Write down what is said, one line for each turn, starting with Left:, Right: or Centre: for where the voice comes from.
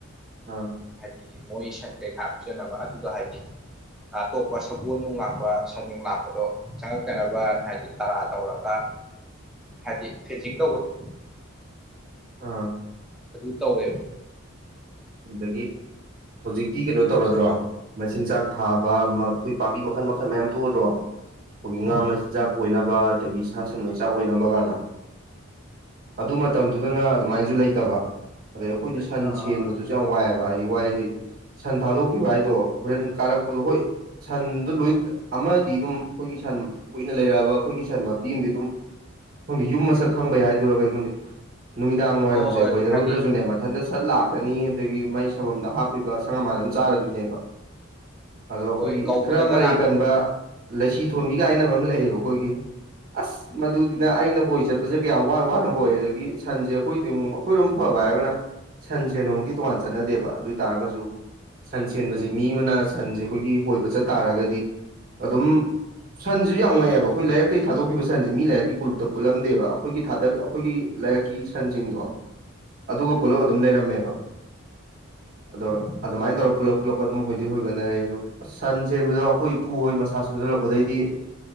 Right: ꯑꯥ
Centre: ꯍꯥꯏꯗꯤ ꯃꯣꯏ ꯁꯟ ꯀꯩꯀꯥ ꯄꯤꯖꯅꯕ ꯑꯗꯨꯗꯣ ꯍꯥꯏꯗꯤ ꯑꯇꯣꯞꯄ ꯁꯒꯣꯜ ꯅꯨꯡ ꯂꯥꯛꯄ ꯁꯟꯅꯨꯡ ꯂꯥꯛꯄꯗꯣ ꯆꯪꯉꯛꯇꯅꯕꯅ ꯍꯥꯏꯗꯤ ꯇꯔꯥ ꯇꯧꯔꯒ ꯍꯥꯏꯗꯤ ꯐꯦꯖꯤꯡ ꯇꯧꯕꯗꯣ
Right: ꯑꯥ
Centre: ꯑꯗꯨ ꯇꯧꯋꯦꯕ
Right: ꯑꯗꯒꯤ ꯍꯧꯖꯤꯛꯇꯤ ꯀꯩꯅꯣ ꯇꯧꯔꯗ꯭ꯔꯣ ꯃꯆꯤꯟꯖꯥꯛ ꯊꯥꯕ ꯑꯩꯈꯣꯏ ꯄꯥꯝꯕꯤ ꯃꯈꯜ ꯃꯈꯜ ꯃꯌꯥꯝ ꯊꯣꯛꯑꯗ꯭ꯔꯣ ꯑꯩꯈꯣꯏꯒꯤ ꯉꯥ
Centre: ꯎꯝ
Right: ꯃꯆꯥꯛ
Centre: ꯎꯝ
Right: ꯑꯣꯏꯅꯕ ꯑꯗꯒꯤ ꯁꯥ ꯁꯟ ꯃꯩꯆꯥꯛ ꯑꯣꯏꯅꯕ ꯀꯥꯟꯅ ꯑꯗꯨ ꯃꯇꯝꯗꯨꯗꯅ ꯑꯗꯨꯃꯥꯏꯅꯁꯨ
Centre: ꯑꯗꯨꯅꯤ
Right: ꯂꯩꯇꯕ ꯑꯗꯩ ꯑꯩꯈꯣꯏꯗꯤ
Centre: ꯂꯥꯏꯛ
Right: ꯁꯟ
Centre: ꯑꯥ
Right: ꯁꯦꯟꯕꯗꯨꯁꯨ ꯌꯥꯝ ꯋꯥꯏꯑꯕ ꯍꯥꯏꯗꯤ ꯋꯥꯏꯗꯤ ꯁꯟ ꯊꯥꯗꯣꯛꯈꯤꯕ ꯍꯥꯏꯗꯣ ꯍꯣꯔꯦꯟ ꯀꯥꯔꯛꯄꯗꯣ ꯍꯣꯏ ꯁꯟꯗꯣ ꯂꯣꯏ ꯑꯃꯗꯤ ꯑꯗꯨꯝ ꯑꯩꯈꯣꯏꯒꯤ ꯁꯟ ꯀꯨꯏꯅ ꯂꯩꯔꯛꯑꯕ ꯑꯩꯈꯣꯏꯒꯤ ꯁꯟ ꯃꯄꯤ ꯑꯃꯗꯤ ꯑꯗꯨꯝ ꯈꯪꯗꯦ ꯌꯨꯝ ꯃꯁꯛ ꯈꯪꯕ ꯌꯥꯏ ꯍꯥꯏꯗꯨꯔꯒ ꯑꯩꯉꯣꯟꯗꯤ ꯅꯨꯃꯤꯗꯥꯡ
Centre: ꯍꯣꯏ
Right: ꯋꯥꯏꯔꯝꯁꯦ
Centre: ꯍꯣꯏ
Right: ꯈꯣꯏꯅꯍꯧꯗ꯭ꯔꯁꯨꯅꯦ
Centre: ꯑꯗꯨꯝ ꯍꯥꯏꯗꯤ ꯎꯝ
Right: ꯃꯊꯟꯇ ꯁꯠ ꯂꯥꯛꯀꯅꯤ ꯑꯗꯒꯤ ꯃꯥꯏ ꯁꯥꯐꯝꯝꯗ ꯍꯥꯞꯄꯤꯕ ꯁꯪ ꯑꯃꯥꯟ ꯑꯃ ꯆꯥꯔꯗꯣꯏꯅꯦꯕ ꯑꯗꯣ ꯑꯩꯈꯣꯏꯒꯤ
Centre: ꯍꯣꯏ ꯀꯧꯕꯗꯒ
Right: ꯈꯔ ꯃꯔꯩ
Centre: ꯂꯥꯛꯄꯗꯣ
Right: ꯀꯟꯕ ꯂꯩꯁꯤ ꯊꯣꯟꯕꯤꯒ ꯍꯥꯏꯅꯕ ꯑꯃ ꯂꯩꯌꯦꯕ ꯑꯩꯈꯣꯏꯒꯤ ꯑꯁ ꯃꯗꯨꯗꯨꯅ
Centre: ꯎꯝ
Right: ꯑꯩꯅ ꯍꯣꯏ ꯆꯠꯄꯖꯦ ꯀꯌꯥꯝ ꯋꯥꯅ ꯋꯥꯅ ꯍꯣꯏ ꯑꯗꯒꯤ ꯁꯟꯁꯦ ꯑꯩꯈꯣꯏꯗꯤꯃꯛ ꯑꯩꯈꯣꯏꯔꯣꯝ ꯐꯕ ꯍꯥꯏꯔꯒꯅ ꯁꯟ ꯁꯦꯅꯃꯨꯛꯇꯤ ꯇꯣꯉꯥꯟ ꯆꯠꯅꯗꯦꯕ ꯑꯗꯨ ꯑꯣꯏ ꯇꯥꯔꯒꯁꯨ ꯁꯟ ꯁꯦꯟꯕꯁꯦ ꯃꯤ ꯑꯃꯅ ꯁꯟꯁꯦ ꯑꯩꯈꯣꯏꯒꯤ ꯍꯣꯏꯕ ꯆꯠ ꯇꯥꯔꯒꯗꯤ ꯑꯗꯨꯝ ꯁꯟꯖꯤꯁꯨ ꯌꯥꯝ ꯉꯛꯑꯦꯕ ꯑꯩꯈꯣꯏ ꯂꯥꯏꯔꯛꯇꯒꯤ ꯊꯥꯗꯣꯛꯈꯤꯕ ꯁꯟꯖꯦ ꯃꯤ ꯂꯥꯏꯔꯛꯀꯤ ꯀꯣꯂꯨꯞꯇ ꯄꯨꯜꯂꯝꯗꯦꯕ ꯑꯩꯈꯣꯏꯒꯤ ꯊꯥꯗꯛ ꯑꯩꯈꯣꯏꯒꯤ ꯂꯥꯏꯔꯛ ꯀꯀꯤ ꯁꯟꯁꯤꯡꯗꯣ ꯑꯗꯨꯒ ꯄꯨꯂꯞ ꯑꯗꯨꯝ ꯂꯩꯔꯝꯃꯦꯕ ꯑꯗꯣ
Centre: ꯎꯝ
Right: ꯑꯗꯨꯃꯥꯏꯅ ꯇꯧꯔꯒ ꯄꯨꯂꯞ ꯄꯨꯂ ꯑꯗꯨꯝ ꯍꯣꯏꯗꯤ ꯍꯣꯏꯒꯠꯅꯔꯦ ꯑꯗꯣ ꯁꯟ ꯆꯦꯟꯕꯗ ꯑꯩꯈꯣꯏ ꯏꯄꯨ ꯍꯣꯏ ꯃꯁꯥ ꯁꯣꯟꯖꯜꯂꯛꯄꯗꯩꯗꯤ